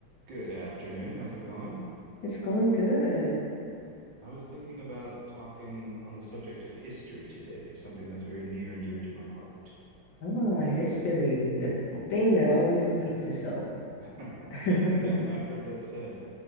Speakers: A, on the right; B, on the left.
A: Good afternoon. How's it going?
B: It's going good.
A: I was thinking about talking on the subject of history today, something that's very near and dear to my heart.
B: Ah, history, the thing that always repeats itself.
A: <laughs> Yeah,
B: <laughs>
A: yeah, I've heard that said.